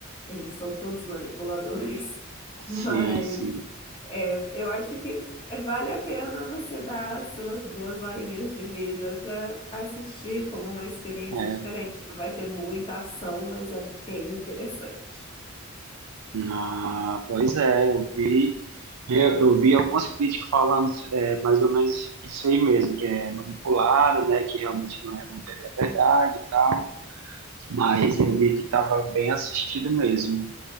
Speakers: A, on the left; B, on the right.
A: eles são todos manipuladores. <laughs> Mas
B: Sim, sim.
A: é, eu acho que vale a pena você dar as suas duas horinhas de vida para assistir como uma experiência
B: É.
A: diferente. Não vai ter muita ação, mas é bem interessante.
B: Ah, pois é, eu vi, eu, eu vi algumas críticas falando é, mais ou menos isso aí mesmo, que é manipulado, né, que realmente não é muito a verdade e tal, mas eu vi que estava bem assistido mesmo.